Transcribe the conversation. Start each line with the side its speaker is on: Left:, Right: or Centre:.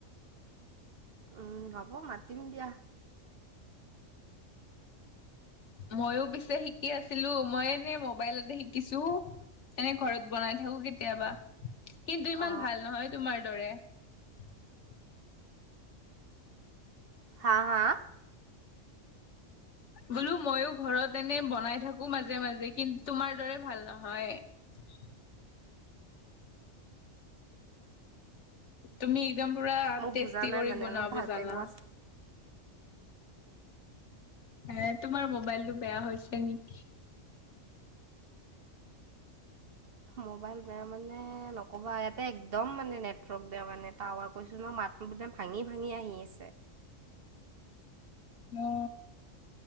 Right: উম হ'ব মাতিম দিয়া।
Left: মইও পিছে শিকি আছিলো, মই এনে মোবাইলতে শিকিছো। এনে ঘৰত বনাই থাকো কেতিয়াবা কিন্তু ইমান
Right: অ
Left: ভাল নহয় তোমাৰ দৰে। <unintelligible>
Right: হা! হা!
Left: বোলো মইও ঘৰত এনে বনাই থাকো মাজে মাজে কিন্তু তোমাৰ দৰে ভাল নহয়। <unintelligible> তুমি একদম পুৰা
Right: মোক
Left: টেষ্টি
Right: বুজা নাই
Left: কৰি
Right: মানে
Left: বনাব
Right: অলপ ভালকে
Left: জানা
Right: কোৱা
Left: এ তোমাৰ মোবাইলটো বেয়া হৈছে নেকি।
Right: মবাইল বেয়া মানে নকবা ইয়াতে একদম মানে নেটৱৰ্ক বেয়া মানে টাৱাৰ কৈছো নহয় মাত বাদাম ভাঙি ভাঙি আহি আছে
Left: <unintelligible> অ